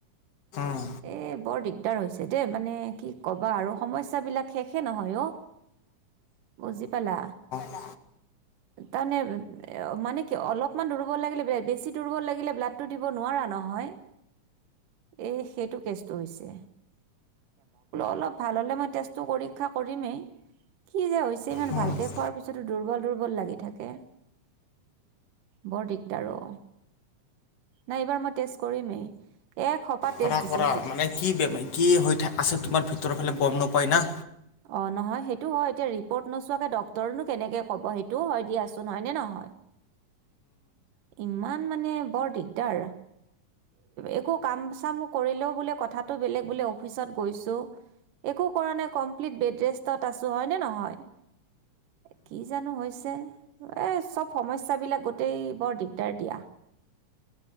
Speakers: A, on the left; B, on the right.
A: উম উম উম
B: এ বৰ দিগদাৰ হৈছে দে মানে কি ক'বা আৰু সমস্যাবিলাক শেষে নহয় অ বুজি পালা
A: অ
B: তাৰমানে মানে কি অলপ অকণমান দুৰ্বল লাগিলে বেছি দুৰ্বল লাগিলে ব্লাডটো দিব নোৱাৰা নহয় এ সেইটো কেছটো হৈছে অলপ ভাল হলে মই তেজটো পৰীক্ষা কৰিমে, কি যে হৈছে
A: কৰা
B: ভালকৈ খোৱাৰ পিছটো দুৰ্বল দুৰ্বল লাগি থাকে। বৰডিক দাৰ ঔ নাই এইবাৰ মই টেষ্ট কৰিমেই এক সোপা টেষ্ট
A: কৰা
B: দিছে
A: কৰা মানে কি বেমাৰ কি হৈ আছে তোমাৰ ভিতৰৰ ফালে গম নাপাই ন
B: অ নহয় সেইটো হয় এতিয়া ৰিপৰ্ট নোচোৱাকে ডক্তৰনো কেনেকে ক'ব সেইটোও হয় দিয়াচোন হয়নে নহয় ইমান মানে বৰ দিগদাৰ একো কাম চাম কৰিলে বোলে কথাতো বোলে অফিচত গৈছোঁ, একো কৰা নাই। কম। দেত্ৰেষ্টাৰেষ্টত আছোঁ হয় নে নহয়, কি জানোঁ হৈছে, এইচব সমস্যাবিলাক গোটেই বৰ দিগদাৰ দিয়া।